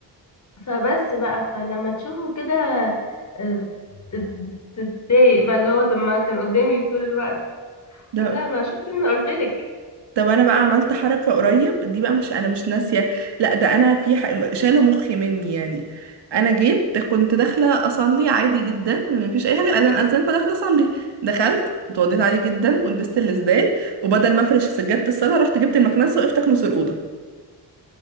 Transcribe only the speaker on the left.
فبس بقى فلما تشوفه كده آه، تت- تتضايق بقى اللي هو طب ما كان قدامي طول الوقت
قال لا ما شفت مني قلت لك